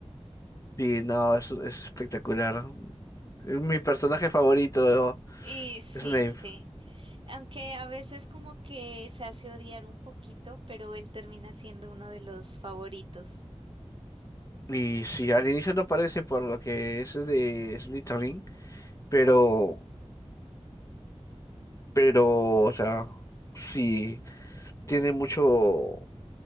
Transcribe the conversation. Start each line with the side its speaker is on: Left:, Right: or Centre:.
Left: Y no, es, es espectacular. Es mi personaje favorito,
Right: Y sí,
Left: Snape.
Right: sí. Aunque a veces como que se hace odiar un poquito, pero él termina siendo uno de los favoritos.
Left: Y sí, al inicio no parece por lo que es de Slytherin, pero Pero, o sea, sí, tiene mucho,